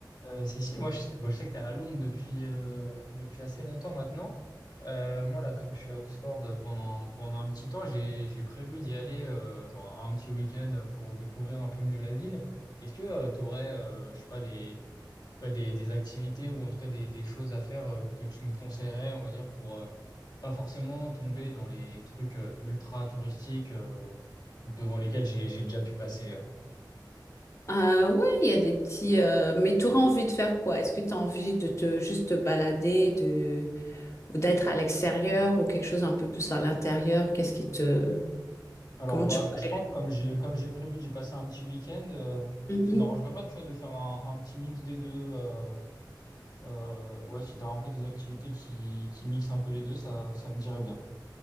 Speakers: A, on the left (about 55°); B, on the left (about 40°).
A: Euh, Cécile, moi je, sais bon, je sais que tu es à Londres depuis, euh, depuis assez longtemps maintenant. Euh, moi, là, comme je suis à Oxford pendant, pendant un petit temps, j'ai, j'ai prévu d'y aller euh, genre un petit week-end pour découvrir un peu mieux la ville. Est-ce que tu aurais, je sais pas, des, ouais, des, des activités ou en tout cas des, des choses à faire euh, que tu me conseillerais, on va dire, pour euh, pas forcément tomber dans les trucs euh, ultra touristiques euh, devant lesquels j'ai, j'ai déjà pu passer? euh,
B: Euh, ouais, il y a des petits. euh, Mais tu auras envie de faire quoi? Est-ce que tu as envie de te juste te balader, de ou d'être à l'extérieur ou quelque chose un peu plus à l'intérieur? Qu'est-ce qui te.
A: Alors
B: Comment
A: bah
B: tu ferais?
A: je pense comme j'ai comme j'ai prévu d'y passer un petit week-end, euh,
B: Mhm.
A: ça ne m'arrangerait pas tu vois, de faire un, un petit mix des deux. euh, euh, ouais, si tu as un peu des activités qui, qui mixent un peu les deux, ça, ça me dirait bien.